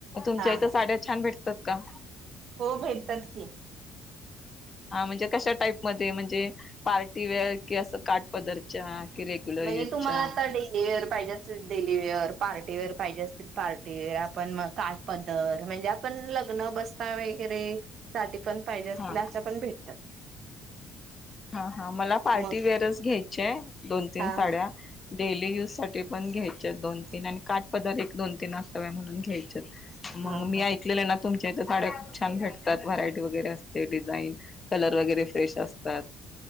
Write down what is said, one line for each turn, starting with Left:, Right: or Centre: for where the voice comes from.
Left: तुमच्या
Right: हा
Left: इथं
Right: हा
Left: साड्या छान भेटतात का?
Right: हो भेटतात की.
Left: हा म्हणजे कशा टाईप मध्ये म्हणजे, पार्टीवेअर, कि असं काट पधर. च्या कि रेग्युलर
Right: म्हणजे
Left: युज
Right: तुम्हाला
Left: चा.
Right: आता डेलीवेअर पाहिजे असतील डेलीवेअर, पार्टीवेअर पाहिजे असतील पार्टीवेअर, आपण मग का पदर, म्हणजे आपण लग्न बसता वगैरे. साठी पण पाहिजे असलेल्या
Left: हा
Right: अशा पण भेटतात.
Left: हा-हा मला पार्टीवेअर
Right: मग
Left: घ्यायचेय दोन, तीन
Right: हा
Left: साड्या.
Right: हा
Left: डेली यूज साठी पण घ्यायच्या दोन, तीन आणि काट पदार दोन, तीन असताव्या म्हणून घ्यायचेत. मग
Right: हा
Left: मी
Right: हा.
Left: ऐकलेलं आहे ना. तुमच्या इथं साड्या खूप छान भेटतात व्हरायटी वगैरे असते डिझाईन कलर वगैरे फ्रेश असतात